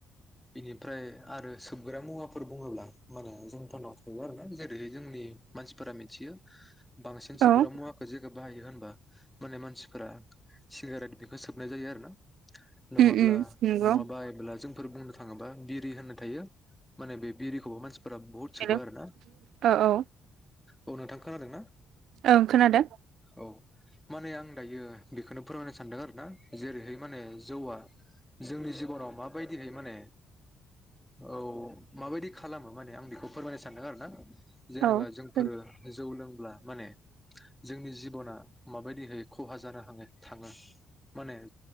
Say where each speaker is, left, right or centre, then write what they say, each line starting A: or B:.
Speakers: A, in the centre; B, on the right (about 75°).
A: बेनिफ्राय आरो सोबग्रा मुवाफोर बुङोब्ला माने जोंफोरनाव दङ आरोना जेरै जोंनि मानसिफोरा मिथियो बांसिन सोबग्रा
B: औ
A: मुवाखौ जोङो बाहायो होनबा माने मानसिफोरा सिगारेट बेखो सोबनाय जायो आरोना‌। नङाब्ला
B: उम उम नंगौ
A: नङाबाब्ला जोंफोर बुंनो थाङोबा बिर रि होननाय थायो माने बिरिखौबो मानसिफोरा बुहुत
B: हेल'
A: सोबो आरोना
B: औ औ
A: औ नोंथां खोनादोंना
B: ओं खोनादो
A: औ माने आं दायो बेखोनो फोरमायनो सानदों आरोना जेरैहाय माने जौआ जोंनि जिबनाव माबायदिहै माने औ माबायदि खालामो माने आं बेखौ फोरमायनो सानदों आरोना। जेनेबा
B: औ
A: जोंफोरो
B: औ
A: जौ लोंब्ला माने जोंनि जिब'ना माबायदिहाय खहा जानो हाङो थाङो माने